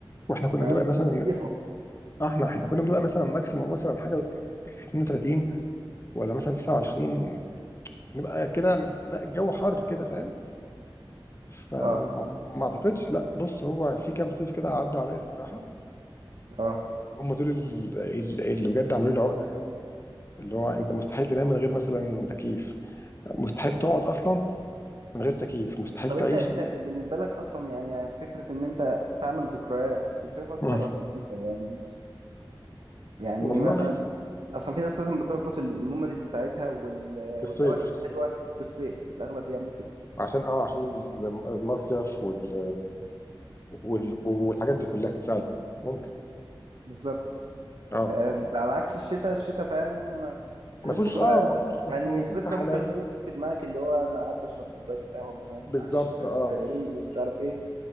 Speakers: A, on the left; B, on the right.
A: واحنا كنا
B: يعني
A: بنبقى مثلا
B: بيسيحوا
A: آه، احنا احنا كنا بنبقى مثلا ماكسيموم مثلا حاجه 32 ولا مثلا 29 نبقى كده لا الجو حر كده فاهم فما
B: اه
A: اعتقدش لا بص هو في كام صيف كده عدوا عليا الصراحه
B: اه
A: هم دول ال- ال- اللي بجد عملوا لي عقده يعني اللي هو انت مستحيل تنام من غير مثلا تكييف مستحيل تقعد اصلا من غير تكييف مستحيل
B: طب
A: تعيش
B: انت انت بالنسبه لك اصلا يعني فكره ان انت تعمل ذكريات في الصيف اكتر
A: مم.
B: ولا في الشتاء يعني يعني
A: والله
B: مثلا اصلا في ناس مثلا بتربط الميموريز بتاعتها وال...
A: بالصيف
B: والاوقات الحلوه بالصيف الاغلب بيعمل كده
A: عشان اه عشان الم- المصيف وال... وال... والحاجات دي كلها فعلا ممكن
B: بالظبط
A: اه
B: آه، على عكس الشتاء الشتاء فاهم تحسه
A: ما فيهوش
B: كده
A: اه ما فيهوش
B: يعني
A: ما
B: الذكرى
A: فيهوش رحلات
B: ممكن الواحد تيجي في دماغك اللي هو انا قاعد بشرب كوبايه القهوه مثلا
A: بالظبط
B: على الشتاء
A: اه
B: وفيروز ومش عارف ايه